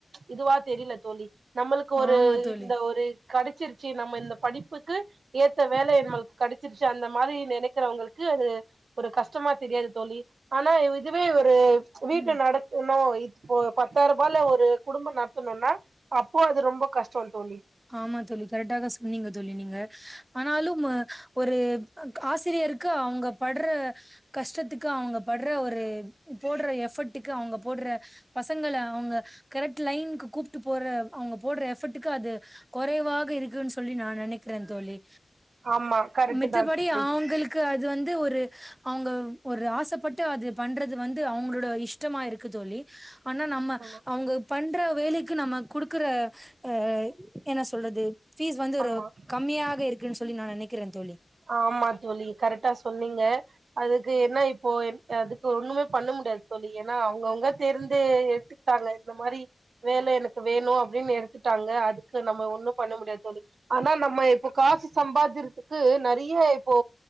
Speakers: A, on the right; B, on the right.
A: இதுவா தெரில தோழி நம்மளுக்கு ஒரு
B: ஆமா தோழி.
A: இந்த ஒரு கடச்சிருச்சி நம்ம இந்த படிப்புக்கு ஏத்த வேல நமள்க்கு கடச்சிருச்சு அந்த மாரி நெனக்கிறவங்களுக்கு அது ஒரு கஷ்டமா தெரியாது தோழி ஆனா இதுவே ஒரு வீட்ல
B: ம்
A: நடக்குணு இப்போ பத்தாயர் ருபால ஒரு குடும்பொ நடத்தணுனா அப்போ அது ரொம்ப கஷ்டோ தோழி
B: ஆமா தோழி கரெட்டா தா சொன்னீங்க தோழி நீங்க ஆனாலும் அ ஒரு ஆசிரியருக்கு அவுங்க பட்ற கஷ்டத்துக்கு அவுங்க பட்ற ஒரு போட்ற எஃபர்ட்டுக்கு அவுங்க போட்ற பசங்கள அவுங்க கரெக்ட் லைன்க்கு கூப்ட்டு போற அவுங்க போட்ற எஃபர்ட் டுக்கு அது கொறைவாக இருக்குன் சொல்லி நா நெனைக்றே தோழி
A: ஆமா கரெக்ட்
B: மித்தபடி
A: தா தோழி
B: அவுங்களுக் க்கு அது வந்து ஒரு அவுங்க ஒரு ஆசப்பட்டு அது பண்றது வந்து அவுங்ளோட இஷ் டமா இருக்கு தோழி ஆனா நம்ம
A: ஆமா
B: அவுங்க பண்ற வேலைக்கு நம்ம குடுக்குற அ என்ன சொல்றது ஃபீஸ் வந்து ஒரு
A: ஆமா
B: கம்மியாக இருக்குன் சொல்லி நா நெனைக்கிறே தோழி
A: ஆமா தோழி கரெட்டா சொன்னீங்க அதுக்கு என்ன இப்போ அதுக்கு ஒண்ணுமே பண்ண முடியாது தோழி ஏனா அவுங்கவுங்க தேர்ந்து எடுத்துக்கிட்டாங்க இந்த மாரி வேல எனக்கு வேணு அப்டின்னு எடு த்துட்டாங்க அதுக்கு நம்ம ஒண்ணு பண்ண முடியாது தோழி ஆனா நம்ம இப்ப காசு சம்பாதிர்துக்கு நெறியா இப்போ